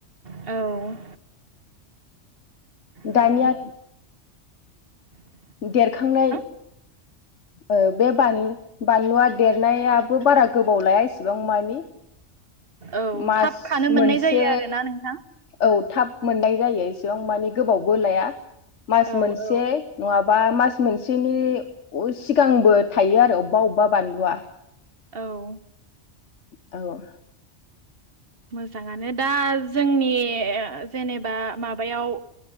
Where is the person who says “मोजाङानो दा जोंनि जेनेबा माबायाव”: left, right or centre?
Right